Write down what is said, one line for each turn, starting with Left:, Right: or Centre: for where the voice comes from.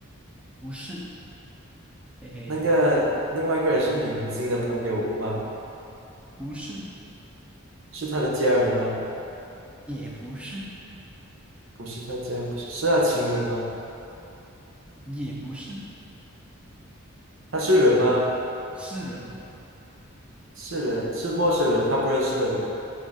Centre: 不是，嘿嘿，
Right: 那个另外一个人是女明星的朋友吗？
Centre: 不是，
Right: 是她的家人吗？
Centre: 也不是，
Right: 不是她家人，不是，是她情人吗？
Centre: 也不是，
Right: 他是人吗？
Centre: 是人，
Right: 是人，是陌生人，他不认识的人。